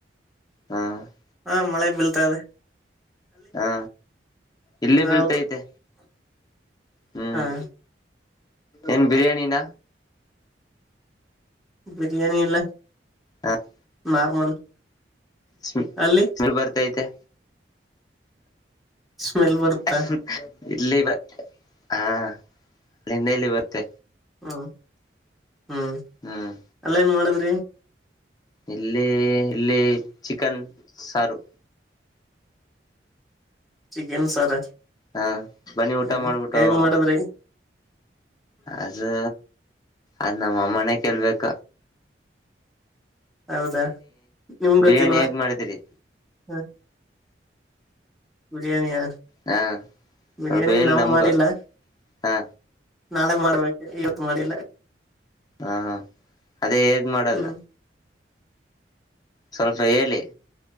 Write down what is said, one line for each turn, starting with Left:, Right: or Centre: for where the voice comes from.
Left: ಹಾ <unintelligible>
Centre: ಹಾ ಮಳೆ ಬೀಳ್ತಾದೆ
Left: ಹಾ ಇಲ್ಲೇ
Centre: ಹೌದು
Left: ಬೀಳ್ತೈತೆ ಹ್ಮ್
Centre: ಹಾ <unintelligible>
Left: ಏನ್ ಬಿರಿಯಾನಿನ
Centre: ಬಿರಿಯಾನಿ ಅಲ್ಲ
Left: ಹಾ <unintelligible>
Centre: ನಾರ್ಮಲ್ <unintelligible>
Left: ಸ
Centre: ಅಲ್ಲಿ
Left: ಬರ್ತೈತೆ
Centre: ಸ್ಮೆಲ್ ಬರುತ್ತ
Left: <unintelligible> ಇಲ್ಲಿವ <unintelligible> ಹಾ ಅಲ್ಲಿಂದ ಇಲ್ಲಿ ಬತ್ತೆ
Centre: ಹ್ಮ್ ಹ್ಮ್
Left: ಹ್ಮ್
Centre: ಅಲ್ಲ ಏನ್ ಮಾಡಿದ್ರಿ
Left: ಇಲ್ಲಿ ಇಲ್ಲಿ ಚಿಕನ್ ಸಾರು
Centre: ಚಿಕನ್ ಸಾರ
Left: ಹಾ ಬನ್ನಿ ಊಟ
Centre: ಹ್ಮ
Left: ಮಾಡ್ಬಿಟ್ಟು
Centre: ಹೇಗ್
Left: ಹೋಗಮ್ಮ
Centre: ಮಾಡದ್ರಿ
Left: ಅದು ಅದ ನಮ್ಮ ಅಮ್ಮನೆ ಕಲ್ಬೇಕ
Centre: ಹೌದಾ ನಿಮ್ ಗೊತ್ತಿಲ್ವಾ
Left: ಬಿರಿಯಾನಿ ಹೇಗ್ ಮಾಡಿದಿರಿ
Centre: ಹ ಬಿರಿಯಾನಿಯಾ
Left: ಹಾ
Centre: ಬಿರಿಯಾನಿ
Left: ಸ್ವಲ್ಪ ಹೇಳಿ
Centre: ನವು
Left: ನಮ್ಗೂ
Centre: ಮಾಡಿಲ್ಲ
Left: ಹಾ
Centre: ನಾಳೆ ಮಾಡ್ಬೇಕು ಇವತ್ ಮಾಡಿಲ್ಲ
Left: ಹಾ ಅದೇ ಹೇಗ್ ಮಾಡದ
Centre: ಹ್ಮ್
Left: ಸ್ವಲ್ಪ ಹೇಳಿ